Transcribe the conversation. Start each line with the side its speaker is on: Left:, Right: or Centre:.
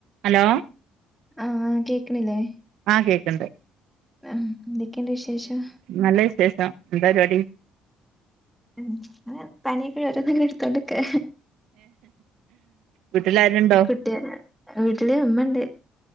Right: Hello
Centre: ആഹ കേക്കണില്ലേ
Right: കേക്ക എന്താ
Centre: ആഹ് എന്തൊക്കെയുണ്ട് വിശേഷം
Right: നല്ല എന്ത പരിപാടി
Centre: ഉ അ പനിയൊക്ക ഓരോന്നല്ലും എടുത്ത കൊണ്ട്ക്ക്
Right: വീട്ടിലാരുണ്ടോ
Centre: കുട്ടിയ വീട്ടില ഉമ്മണ്ട്